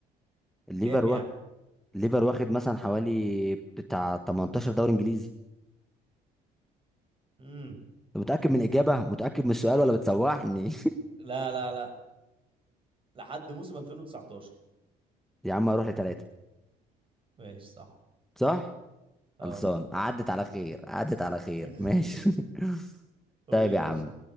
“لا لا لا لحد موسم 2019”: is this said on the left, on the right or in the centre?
Right